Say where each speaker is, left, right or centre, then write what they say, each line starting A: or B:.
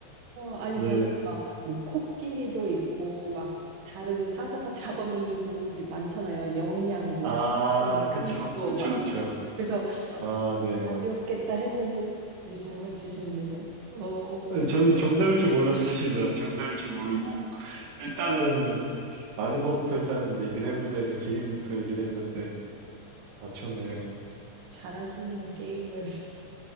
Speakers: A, on the right; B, on the right.
A: 아니
B: 네.
A: 저는 막 뭐 코끼리도 있고 막 다른 사자가 <laughs> 잡아먹는 동물이 많잖아요. 영양 뭐
B: 아,
A: 사슴,
B: 그쵸.
A: 물소
B: 그쵸,
A: 막.
B: 그쵸.
A: 그래서 어,
B: 아, 네.
A: 어렵겠다 했는데 되게 잘 맞히셨네요. 어,
B: 저는 정답일 줄 몰랐습니다. 정답일 줄 모르고, 일단은, 아는 것부터 일단 얘기를 해보자 해서 기린부터 얘기를 했는데, 맞췄네요.
A: 잘하시네요. 게임을. <laughs>